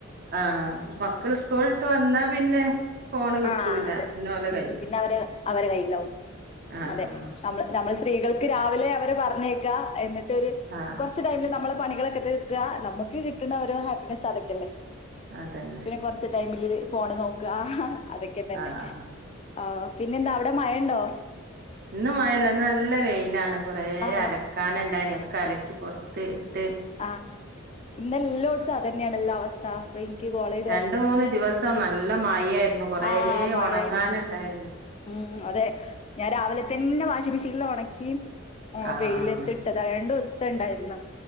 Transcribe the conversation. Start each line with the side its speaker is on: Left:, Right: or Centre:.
Right: ആഹ് മക്കള് സ്കൂള്ട്ട് വന്നാ പിന്നെ ഫോണ് കിട്ടൂല
Left: ആഹ് അതെ
Right: പിന്നെ ഓലെ
Left: ഉം
Right: കൈയ്യില്
Left: പിന്നെ അവരെ അവരെ കയ്യിലാവും
Right: ആഹ്
Left: അതെ നമ്മൾ നമ്മൾ സ്ത്രീകൾക്ക് രാവിലെ അവരെ പറഞ്ഞേക്കാ എന്നി ട്ടൊര്
Right: ആഹ്
Left: കൊറച്ച് ടൈമില് നമ്മളെ പണികളൊക്കെ തീർക്ക നമ്മക്ക് കിട്ട്ണ ഓരോ ഹാപ്പിനസ് അതൊക്കെല്ലേ
Right: അതന്നെ
Left: പിന്നെ കുറച്ച് ടൈമില് ഫോണ് നോക അതക്കെ തന്നെ
Right: ആഹ് ആഹ്
Left: ആഹ് പിന്നന്താ അവിടെ മയ ഇണ്ടോ
Right: ഇന്നും മയല്ല നല്ല വെയിലാണ് കൊറേ
Left: ആ
Right: അലക്കാനണ്ടായിനുഒക്കെ അല ക്കി പുറത്ത് ഇട്ട്
Left: ആ ഇന്നെല്ലോട്ത്തും അതന്നെണല്ലോ അവസ്ഥ പ്പ എനിക്ക് കോളേ
Right: രണ്ട് മൂന്ന് ദിവസം നല്ല മയായിരുന്നു കൊറേ
Left: ആ മഴയായിരുന്നു
Right: ഉണങ്ങാൻ ഇണ്ടായിര്ന്ന്
Left: ഉം അതെ ഞാൻ രാവിലെ തന്നെ വാഷിംമെഷീനിൽ ഉണക്കി
Right: ആഹ്
Left: വെയിലത്തി ട്ടതാ രണ്ടു ദിവസത്തെ ഇണ്ടായിര്ന്ന്